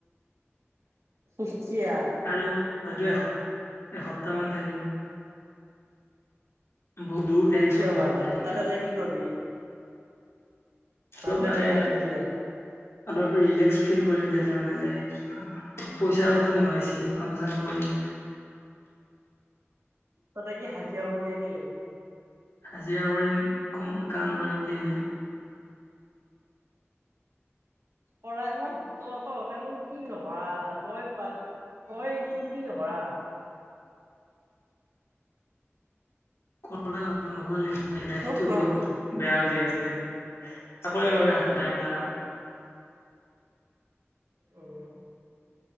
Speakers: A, on the right (about 80°); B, on the left (about 70°).
A: <unintelligible>
B: আৰু হয়তো! এসপ্ত, এসপ্তামান থাকিম। বহুত দূৰ টেনচন,
A: কিয়
B: বহুত
A: কাৰণে
B: থাকি
A: তই তাতে
B: আৰু।
A: যাই কি কৰিবি
B: অলপ
A: ৰনাল্ডোই
B: মানে,
A: ব্ৰেকআপ দি দিলে
B: অলপ ৰিলেক্স ফিল কৰিম তাতে মানে যায়। পইচা পাতি নোহোৱা হৈছিল, কাম চাম কৰিম।
A: তাতে কি, হাজিৰা কৰিব যায় নেকি?
B: হাজিৰা কৰিম। খুব কাম কৰিম ব্লিংকিতত।
A: কৰায় মই, ত' তহঁতেনো কি নকৰা? তই তই এইটো, কি নকৰা?
B: <unintelligible> নক'লে লাইফটো
A: চব কৰা
B: বহুত
A: তই
B: বেয়া হৈ যায়। <unintelligible> চাকৰি -বাকৰি হাতত নাই, এটা।
A: অ'!